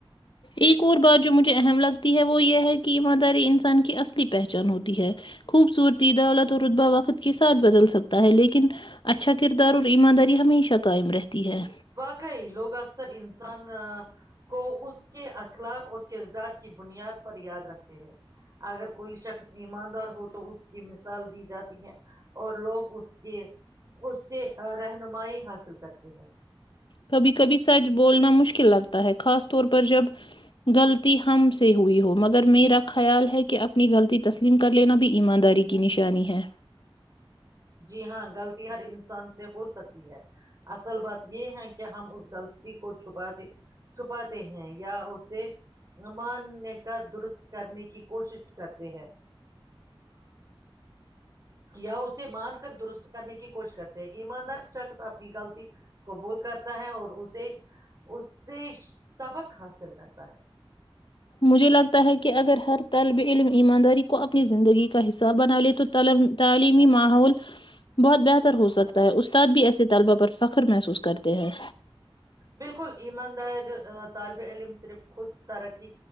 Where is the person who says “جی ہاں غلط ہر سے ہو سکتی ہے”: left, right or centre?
Right